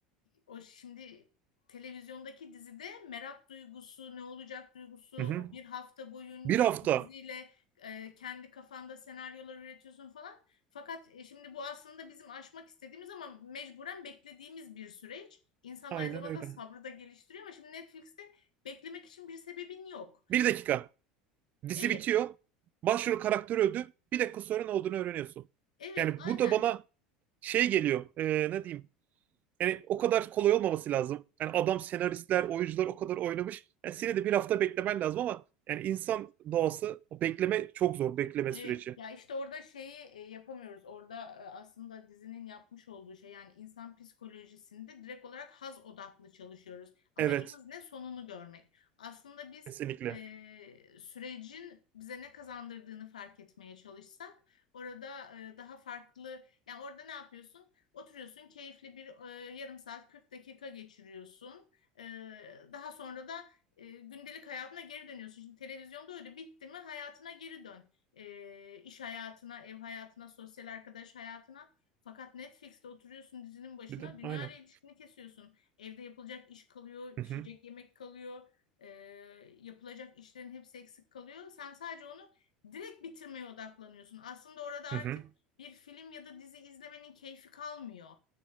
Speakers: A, on the left; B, on the right.
A: o şimdi televizyondaki dizide merak duygusu, ne olacak duygusu, o
B: Hı hı.
A: bir hafta boyunca
B: Bir hafta.
A: o diziyle e, kendi kafanda senaryolar üretiyorsun falan. Fakat e, şimdi bu aslında bizim aşmak istediğimiz ama mecburen beklediğimiz bir süreç. İnsan
B: Aynen
A: aynı zamanda
B: öyle.
A: sabrı da geliştiriyor ama şimdi Netflix'te beklemek için bir sebebin yok.
B: Bir dakika. Dizi
A: Evet,
B: bitiyor. Başrol karakteri öldü. Bir dakika sonra ne olduğunu öğreniyorsun.
A: evet,
B: Yani
A: aynen.
B: bu da bana şey geliyor. e, ne diyeyim? Yani o kadar kolay olmaması lazım. Yani adam senaristler, oyuncular o kadar oynamış. Yani seni de bir hafta beklemen lazım ama yani insan doğası o bekleme çok zor bekleme
A: Evet
B: süreci.
A: ya işte orada şeyi e, yapamıyoruz. Orada e, aslında dizinin yapmış olduğu şey yani insan psikolojisinde direkt olarak haz odaklı çalışıyoruz. Amacımız
B: Evet,
A: ne? Sonunu görmek. Aslında biz
B: kesinlikle.
A: e, sürecin bize ne kazandırdığını fark etmeye çalışsak orada e, daha farklı yani orada ne yapıyorsun? Oturuyorsun keyifli bir e, yarım saat 40 dakika geçiriyorsun. E, daha sonra da e, gündelik hayatına geri dönüyorsun. Şimdi televizyonda öyle bitti mi hayatına geri dön e, iş hayatına, ev hayatına, sosyal arkadaş hayatına. Fakat Netflix'te oturuyorsun dizinin başına,
B: Bir de
A: dünya
B: aynen.
A: ile ilişkini kesiyorsun. Evde yapılacak iş kalıyor,
B: Hı
A: pişecek
B: hı,
A: yemek kalıyor, e, yapılacak işlerin hepsi eksik kalıyor. Sen sadece onu direkt bitirmeye odaklanıyorsun. Aslında orada artık
B: hı hı.
A: bir film ya da dizi izlemenin keyfi kalmıyor.